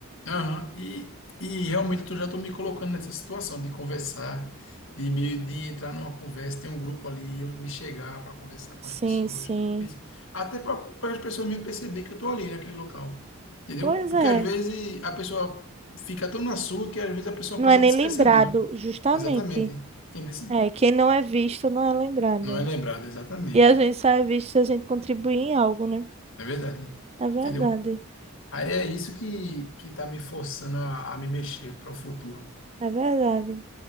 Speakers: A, on the left; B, on the right.
A: Aham, E, e realmente eu já estou me colocando nessa situação de conversar, de meio de entrar numa conversa, tem um grupo ali, eu me chegar para conversar com
B: Sim,
A: as pessoas,
B: sim.
A: Esse- até para as pessoas mesmo perceber que eu estou ali naquele local, entendeu?
B: Pois
A: Porque
B: é,
A: às vezes a pessoa fica tão na sua que às vezes a pessoa
B: não
A: passa
B: é nem
A: despercebido.
B: lembrado, justamente.
A: Exatamente, entendeu?
B: É, quem não é visto não é lembrado.
A: Não é lembrado, exatamente,
B: E a gente só é visto se a gente contribuir em algo, né?
A: é verdade,
B: É verdade,
A: entendeu? Aí é isso que que está me forçando a, a me mexer para o futuro.
B: é verdade.